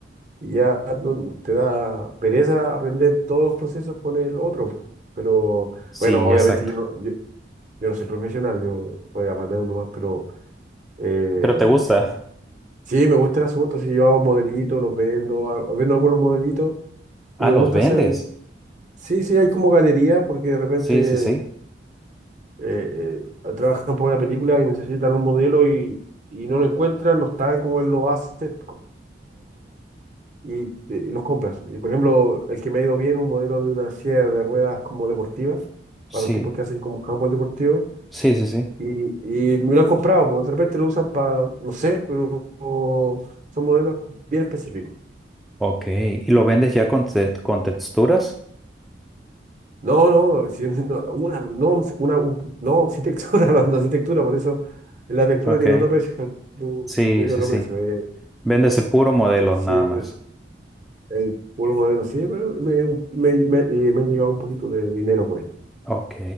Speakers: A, on the right (about 45°); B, in the centre.
A: y ya no- te da pereza aprender todos los procesos con el otro. po. Pero
B: Sí,
A: bueno, obviamente
B: exacto.
A: yo no, yo, yo no soy profesional, yo soy amateur nomás, pero eh,
B: ¿Pero te gusta?
A: sí, me gusta el asunto. Si yo hago modelitos, los vendo, hago- vendo algunos modelitos
B: Ah,
A: y me
B: los
A: gusta
B: vendes.
A: hacer. Sí, sí, hay como galerías porque de repente
B: Sí, sí, sí.
A: eh, eh, trabajan por una película y necesitan un modelo y, y no lo encuentran, no saben cómo él lo hace. y, eh, y los compras. Y, por ejemplo, el que me ha ido bien es un modelo de una silla de ruedas como deportivas,
B: Sí,
A: para los tipos que hacen como handball deportivo.
B: sí, sí, sí.
A: Y, y me lo han comprado, porque de repente lo usan para, no sé, pero o- son modelos bien específicos.
B: Ok. ¿Y lo vendes ya con, te- con texturas?
A: No, no, no, si- <laughs> no, una, no, no sé, una, un- no, sin textura, <laughs> no, no, sin textura, por eso la textura
B: Ok.
A: tiene otro precio, tú-
B: Sí,
A: tiene
B: sí,
A: otro
B: sí.
A: precio. eh,
B: Vendes el puro modelo,
A: sí,
B: nada
A: pero,
B: más.
A: eh, por un modelo, sí, pero me, me, me- y me han llegado un poquito de dinero por ahí.
B: Ok,